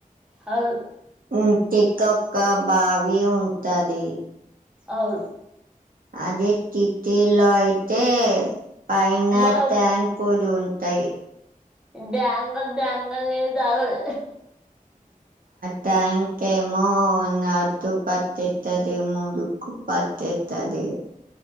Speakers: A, in the centre; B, on the right.
A: అవును
B: ఇంటికి ఒక్క బావి ఉంటది
A: అవు
B: అద ట్ట లోయితే పైనా
A: మా
B: ట్యాంగ్ కొ అయి
A: బాంగల్ బాంగల్ని తాగల్
B: టంకేమోతు పతి ఇట్టది మూడు కుపాతతది